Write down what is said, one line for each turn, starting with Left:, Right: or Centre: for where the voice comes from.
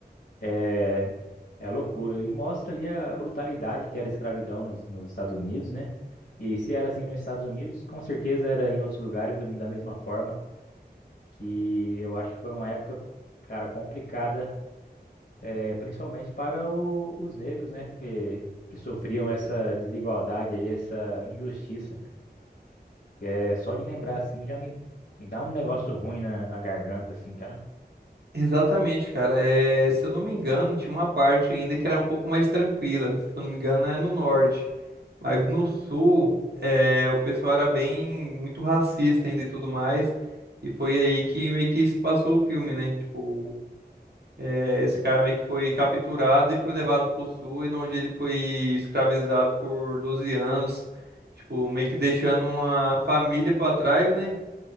Left: é, é loucura. E mostra ali a, a brutalidade que era a escravidão nos, nos Estados Unidos, né? E se era assim nos Estados Unidos, com certeza era em outros lugares do- da mesma forma. que eu acho que foi uma época, cara, complicada, eh, principalmente para o- os negros, né, que, que sofriam essa desigualdade aí, essa injustiça. É, só de lembrar assim já me, me dá um negócio ruim na, na garganta, assim, cara.
Right: Exatamente, cara. É, se eu não me engano, tinha uma parte ainda que era um pouco mais tranquila. Se eu não me engano, é no norte. Mas no sul, é, o pessoal era bem muito racista ainda e tudo mais. E foi aí que meio que se passou o filme, né? Tipo, é, esse cara meio que foi capturado e foi levado pro sul, e onde ele foi escravizado por 12 anos. Tipo, meio que deixando uma família pra trás, né?